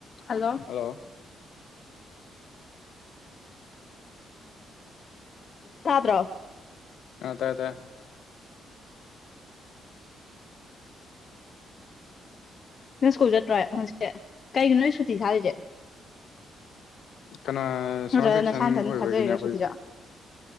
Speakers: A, on the left; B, on the left.
A: Hello.
B: Hello.
A: <inaudible> ꯇꯥꯗ꯭ꯔꯣ꯫
B: ꯑ ꯇꯥꯏ ꯇꯥꯏ꯫
A: ꯅꯪ ꯁ꯭ꯀꯨꯜ ꯆꯠꯇ꯭ꯔꫭꯏ ꯉꯁꯤ ꯀꯩꯒꯤꯅꯣ ꯅꯣꯏ ꯁꯨꯇꯤ ꯊꯥꯔꯤꯁꯦ꯫
B: ꯀꯅꯥ
A: ꯅꯠꯇ꯭ꯔꯒ
B: ꯁꯝꯃꯔ ꯚꯦꯀꯦꯁꯟ
A: ꯅꯁꯥ ꯅꯊꯟ
B: ꯑꯣꯏꯕꯒꯤꯅꯦ
A: ꯊꯥꯖꯔꯤꯔꯣ
B: ꯑꯩꯈꯣꯏ
A: ꯁꯨꯇꯤꯁꯦ
B: ꯍꯧꯖꯤꯛ꯫